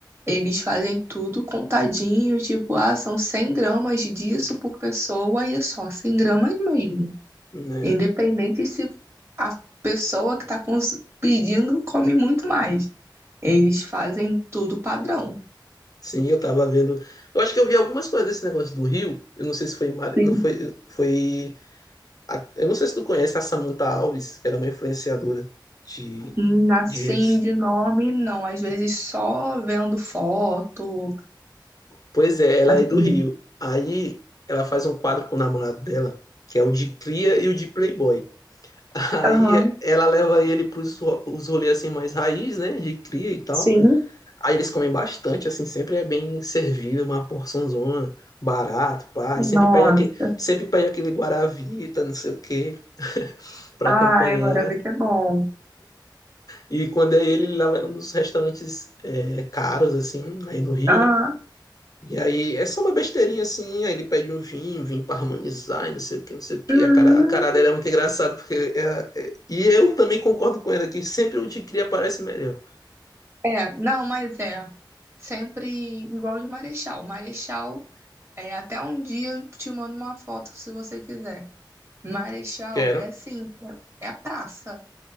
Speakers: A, on the right; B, on the left.
A: Eles fazem tudo contadinho, tipo, ah, são 100 gramas disso por pessoa e é só 100 gramas mesmo.
B: né?
A: Independente se a pessoa que está pedindo come muito mais. Eles fazem tudo padrão.
B: Sim, eu tava vendo. Eu acho que eu vi algumas coisas desse negócio do Rio. Eu não sei se foi em Mar...
A: Sim.
B: não foi foi a- eu não sei se tu conhece a Samantha Alves, ela é uma influenciadora de,
A: Hum, Assim,
B: de redes.
A: de nome, não. Às vezes só vendo foto,
B: Pois é, ela
A: assim.
B: é do Rio. Aí ela faz um quadro com o namorado dela, que é o de cria e o de playboy. <laughs> Aí
A: Aham,
B: ela leva ele para os rolês assim mais raiz, né, de cria e tal.
A: sim.
B: Aí eles comem bastante, assim, sempre é bem servido, uma porçãozona, barato, pá. E sempre
A: Nossa.
B: pede aquele, sempre pede aquele guaravita, não sei o quê, <laughs> para
A: Ai,
B: acompanhar.
A: Guaravita é bom.
B: E quando é ele, ele leva ela nos restaurantes é, caros, assim, aí no Rio,
A: Ah,
B: né? E aí é só uma besteirinha assim, aí ele pede um vinho, vinho pra harmonizar, e não sei o que, não sei o que.
A: hum.
B: A cara, a cara dela é muito engraçada, porque ela- é- E eu também concordo com ela que sempre o de cria parece melhor.
A: É, não, mas é. Sempre igual de Marechal. Marechal, é, até um dia eu te mando uma foto se você quiser. Marechal
B: Quero.
A: é assim, é é praça.